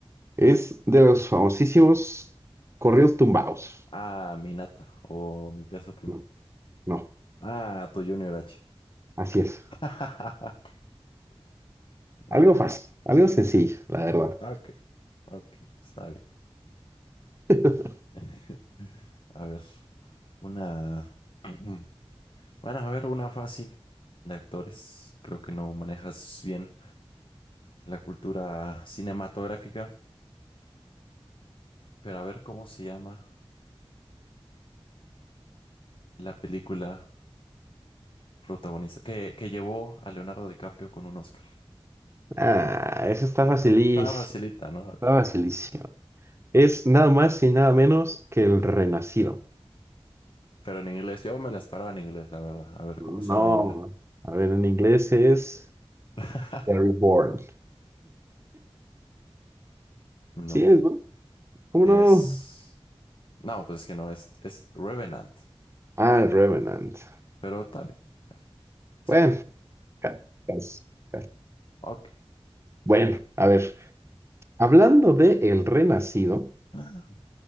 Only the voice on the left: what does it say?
Ah, mi nata o mi peso pluma.
Ah, tu Junior H.
<laughs> Nah,
ok, ok, está bien.
<laughs> A ver, una. <clears throat> Bueno, a ver, una fácil de actores. Creo que no manejas bien la cultura cinematográfica, pero a ver cómo se llama la película protagonista que, que llevó a Leonardo DiCaprio con un Oscar.
Estaba facilita, ¿no? A ver,
Pero en inglés, yo me las paraba en inglés, la verdad. A ver
cómo se llama en inglés.
<laughs>
No,
es...
No, pues es que no, es, es Revenant,
pero está bien, cerca.
Ok. <gasps>
Ah,